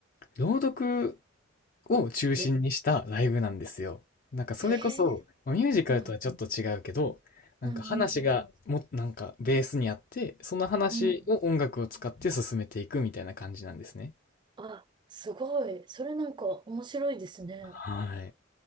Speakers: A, on the left; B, on the right.
A: 朗読を中心にしたライブなんですよ。
B: え、
A: なんかそれこそ、
B: へえ。
A: まあミュージカルとはちょっと違うけど、
B: うん。
A: なんか話がも、
B: うんうんうん。
A: なんかベースにあって、その話を音楽を使って進めていくみたいな感じなんですね。
B: うん。あ、すごい。それなんか面白いですね。
A: はい。